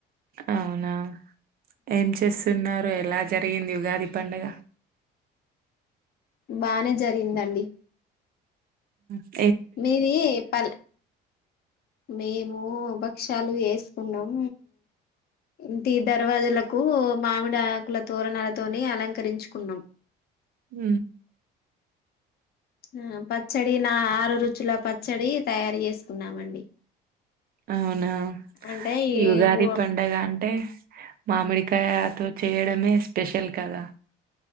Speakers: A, on the right; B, on the left.
A: అవునా ఏం చేస్తున్నారు. ఎలా జరిగింది ఉగాది పండుగ.
B: బానే జరిగిందండి.
A: ఉ.
B: మీది పల్ మేము. భక్షాలు వేసుకున్నాం. ఇంటి దర్వాజులకు మామిడి ఆకుల తోరణాలతోని అలంకరించుకున్నాం.
A: ఉ.
B: ఆ పచ్చడి నా ఆరు రుచుల పచ్చడి తయారు చేసుకున్నామండి.
A: అవునా
B: అంటే
A: ఈ ఉగాది
B: ఊ
A: పండగ అంట. అంటే మామిడికాయతో చేయడమే స్పెషల్ కదా.